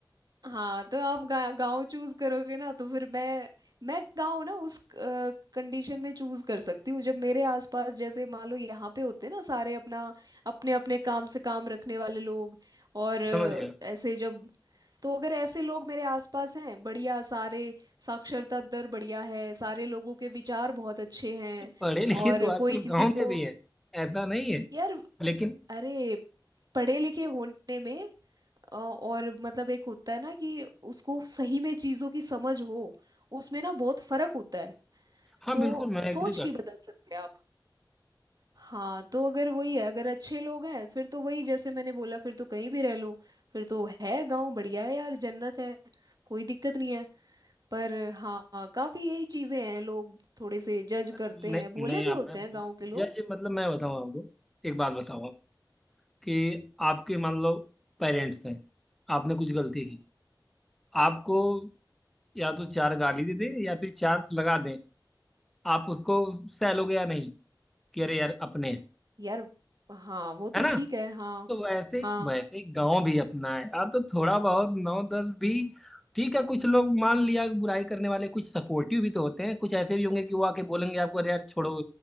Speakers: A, on the right; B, in the centre.
A: हाँ तो आप गा, गाँव चूज करोगे ना तो फिर मैं मैं गाँव ना उस कंडीशन में चूज कर सकती हूँ जब मेरे आसपास जैसे मान लो यहाँ पे होते ना सारे अपना अपने अपने काम से काम रखने वाले लोग और अ,
B: समझ गया
A: ऐसे जब तो अगर ऐसे लोग मेरे आसपास हैं बढ़िया सारे साक्षरता दर बढ़िया है सारे लोगों के विचार बहुत अच्छे हैं
B: ये पढ़े लिखे
A: और
B: तो आजकल
A: कोई
B: गांव
A: किसी
B: में
A: को
B: भी है ऐसा नहीं है
A: यार
B: लेकिन
A: अरे पढ़े लिखे होने में अ, और मतलब एक होता है ना कि उसको सही में चीजों की समझ हो उसमें ना बहुत फर्क होता है
B: हाँ
A: तो
B: बिल्कुल मैं
A: सोच
B: एग्री कर
A: नहीं बदल सकते आप हाँ तो अगर वही है अगर अच्छे लोग हैं फिर तो वही जैसे मैंने बोला फिर तो कहीं भी रह लो फिर तो है गांव बढ़िया है यार जन्नत है कोई दिक्कत नहीं है पर हाँ हाँ, काफी यही चीजें हैं लोग थोड़े से जज
B: पर
A: करते
B: नहीं
A: हैं भोले
B: नहीं
A: भी
B: अब
A: होते
B: मैं
A: हैं गांव के लोग
B: जज मतलब मैं बताऊँ आपको एक बात बताओ कि आपके मान लो पेरेंट्स हैं आपने कुछ गलती की आपको या तो चार गाली दे दे या फिर चार लगा दें आप उसको सह लोगे या नहीं कि अरे यार अपने हैं,
A: यार हाँ वो तो
B: है ना
A: ठीक है हाँ
B: तो वैसे
A: हाँ
B: वैसे गांव भी अपना है यार तो थोड़ा बहुत नौ दस भी ठीक है कुछ लोग मान लिया बुराई करने वाले कुछ सपोर्टिव भी तो होते हैं कुछ ऐसे भी होंगे कि वो आके बोलेंगे आपको अरे यार छोड़ो